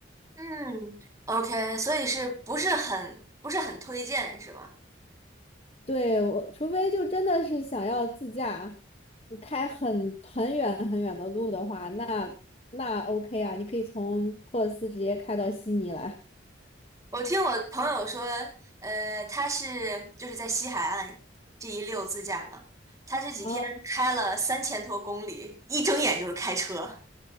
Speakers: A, on the right (about 15°); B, on the left (about 30°).
A: 嗯，OK，所以是不是很不是很推荐是吗？
B: 对，我除非就真的是想要自驾，你开很很远很远的路的话，那那 OK 啊，你可以从珀尔斯直接开到悉尼来。
A: 我听我朋友说，呃，他是就是在西海岸这一溜自驾嘛，他这几天开了三千多公里，
B: 哦，
A: 一睁眼就是开车。